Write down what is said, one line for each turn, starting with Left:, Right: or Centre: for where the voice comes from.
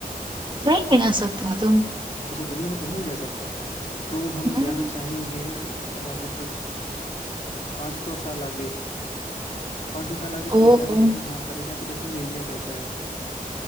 Right: कहीं भी जा सकते हो तुम
Left: अच्छा दुनिया में कहीं भी जा सकते हैं तो हम
Right: हम्म
Left: जाना चाहेंगे अ, मतलब पाँच सौ साल आगे पाँच सौ साल आगे पहले
Right: ओहो
Left: जाके देखेंगे हाँ पहले जाके देखेंगे इंडिया कैसा है